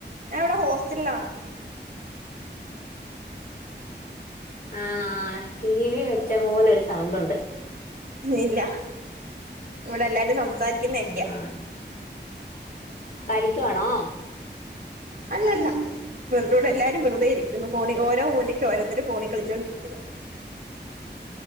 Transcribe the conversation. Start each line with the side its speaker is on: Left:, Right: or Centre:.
Right: ഞാൻ ഇവിടെ ഹോസ്റ്റലിലാണ്
Left: ആഹ ടി വി വെച്ച പോലെ ഒരു സൗണ്ട് ഉണ്ട്
Right: ഇല്ല ഇവിടെ എല്ലാരും സംസാരിക്കുന്നക്കെയാ
Left: ആഹ് പഠിക്കുവാണോ
Right: അല്ലല്ല ഇവടെഎല്ലാരുംവറുതെ ഇരിക്കന്നു. ഫോണ ഓര മൂലയ്ക്ക് ഓരരുത്തര ഫോണി കളിച്ചൊണ്ടിരിക്കുന്നു.